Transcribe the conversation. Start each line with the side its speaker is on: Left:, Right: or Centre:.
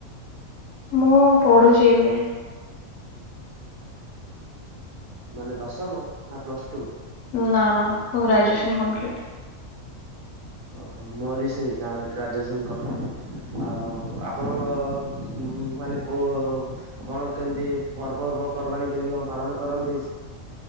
Left: ମୁଁ ପଢୁଛି ଏବେ।
Right: ମାନେ ଦଶମ ନା ପ୍ଲସ ଟୁ‌।
Left: ନା ନା ମୋ‌ର ଗ୍ରାଜୁଏସନ କମ୍ପ୍ଲିଟ।
Right: ଓହୋ ମୋରି ବି ସେଇ ଗା ଗ୍ରାଜୁଏସନ୍ କମ୍ପ୍ଲିଟ୍ ଆଉ ଆପଣ‌କ। ଉଁ ମାନେ କୋଉ କଣ କେମତି ପର୍ବ ପ ପର୍ବାଣୀ କେମିତି କଣ ପାଳନ କରନ୍ତି?